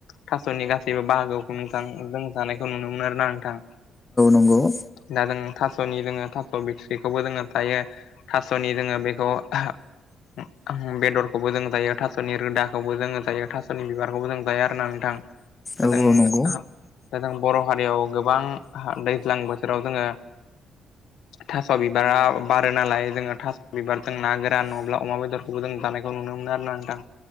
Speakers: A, on the left (about 80°); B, on the left (about 25°).
A: थास'नि गासैबो बाहागोआवखौ नोंथां जों जानायखौ नुनो मोनो आरोना नोंथां
B: नंगौ।
A: सिना जों थास'नि जोङो थास' बिथ'रिखौबो जोङो जायो थास'नि जोङो बेखौ <unintelligible> बेदरखौबो जों जायो थास'नि रोदाखौबो जोङो जायो, थास'नि बिबारखौबो जों जायो आरोना नोंथां। दा
B: औ
A: जों
B: औ नंगौ।
A: दा जों बर' हारियाव गोबां दैज्लां हो बोथोराव जोङो थास' बिबारा बारो नालाय जोंङो थास' बिबार जों ना गोरान नङाब्ला अमा बेदरखौबो जों जानायखौ नुनो मोनो आरोना नोंथां।